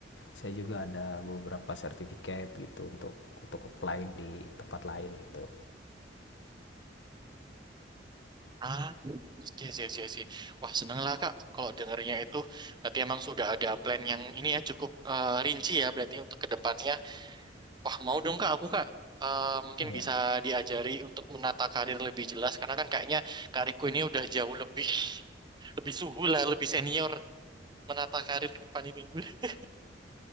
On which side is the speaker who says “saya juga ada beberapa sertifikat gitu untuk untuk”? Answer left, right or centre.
Left